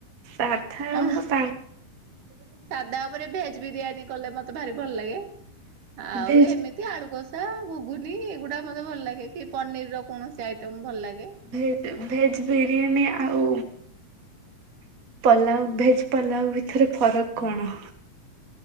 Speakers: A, on the right (about 50°); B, on the right (about 65°).
A: ସାଧ ଆଉ
B: ହଁ
A: ମୁଁ ସା
B: ସାଧା ଉପରେ ଭେଜ୍ ବିରିୟାନୀ କଲେ ମତେ ଭାରି ଭଲ ଲାଗେ ଆଉ
A: ଭେଜ
B: ଏମିତି ଏମିତି ଆଳୁ କଷା ଗୁଗୁନି ଏଗୁଡା ମୋତେ ଭଲ ଲାଗେ କି ପନିର ର କୌଣସି ଆଇଟମ୍ ଭଲ ଲାଗେ।
A: ଭେଜ୍ ଭେଜ୍ ବିରିୟାନୀ ଆଉ ପଲାଉ ଭେଜ୍ ପଲାଉ ଭିତରେ ଫରକ କଣ?